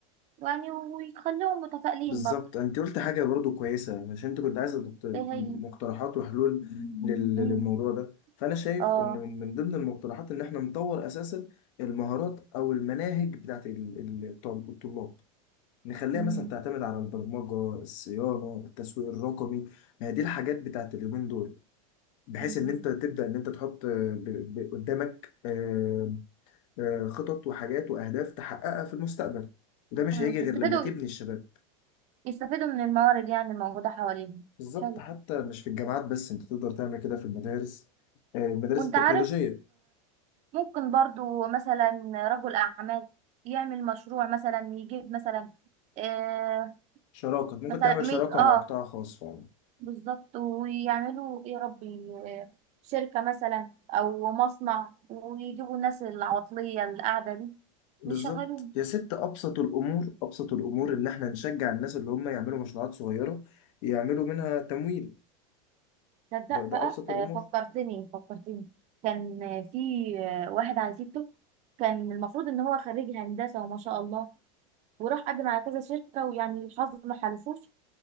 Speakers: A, on the right (about 40°); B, on the left (about 60°).
A: يعني ويخليهم متفائلين
B: بالظبط
A: برضه
B: انت قلت حاجه برضو كويسه عشان انت كنت عايزه مقت-
A: ايه
B: مقترحات
A: هي
B: وحلول لل- للموضوع
A: مم.
B: ده فانا شايف
A: اه
B: ان من من ضمن المقترحات ان احنا نطور اساسا المهارات او المناهج بتاعت ال- ال- الطل- الطلاب نخليها
A: مم.
B: مثلا تعتمد على البرمجه الصيانه التسويق الرقمي ما هي دي الحاجات بتاعت اليومين دول بحيث
A: مم.
B: ان انت تبدا ان انت تحط آه، ب- ب- قدامك آه، آه، خطط وحاجات واهداف تحققها في المستقبل وده مش
A: مم.
B: هيجي غير
A: يستفيدوا
B: لما تبني الشباب
A: يستفيدوا من الموارد يعني الموجودة حواليهم
B: بالظبط
A: حلو
B: حتى مش في الجامعات بس انت تقدر تعمل كده في المدارس آه، المدارس
A: وانت
B: التكنولوجية
A: عارف ممكن برضو مثلا رجل أعمال يعمل مشروع مثلا يجيب مثلا آه
B: شراكة ممكن
A: مثلا
B: تعمل
A: ميت
B: شراكة
A: اه
B: مع قطاع خاص فعلا
A: بالظبط ويعملوا ايه يا ربي آه، شركة مثلا أو مصنع ويجيبوا الناس العطلية اللي قاعدة دي
B: بالظبط
A: ويشغلوهم
B: يا ست أبسط الأمور أبسط الأمور إن إحنا نشجع الناس اللي هم يعملوا مشروعات صغيرة يعملوا منها تمويل
A: تصدق
B: ده ده
A: بقى
B: أبسط الأمور
A: آه فكرتني فكرتني كان آه، في آه، واحد على تيك توك كان المفروض إن هو خريج هندسة وما شاء الله وراح قدم على كذا شركة ويعني الحظ ما حالفوش